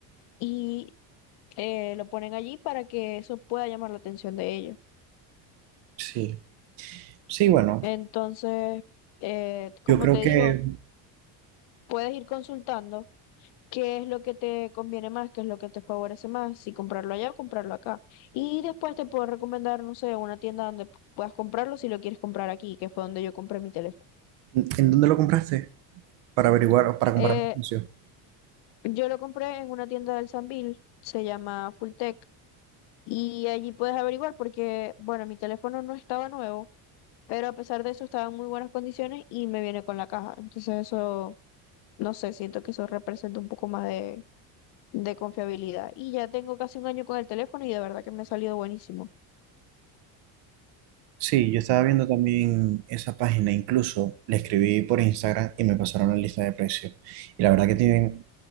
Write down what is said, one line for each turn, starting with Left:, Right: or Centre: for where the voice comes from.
Left: y eh, lo ponen allí para que eso pueda llamar la atención de ellos.
Right: Sí, sí, bueno,
Left: Entonces, eh, como
Right: yo creo
Left: te digo,
Right: que...
Left: puedes ir consultando qué es lo que te conviene más, qué es lo que te favorece más, si comprarlo allá o comprarlo acá. Y después te puedo recomendar, no sé, una tienda donde puedas comprarlo si lo quieres comprar aquí, que fue donde yo compré mi teléfono.
Right: ¿En, en dónde lo compraste? Para averiguar o para comparar
Left: Eh,
Right: el precio.
Left: yo lo compré en una tienda del Sambil, se llama Fulltech Y allí puedes averiguar porque, bueno, mi teléfono no estaba nuevo, pero a pesar de eso estaba en muy buenas condiciones y me viene con la caja. Entonces eso, no sé, siento que eso representa un poco más de, de confiabilidad. Y ya tengo casi un año con el teléfono y de verdad que me ha salido buenísimo.
Right: Sí, yo estaba viendo también esa página, incluso le escribí por Instagram y me pasaron la lista de precios. Y la verdad que tienen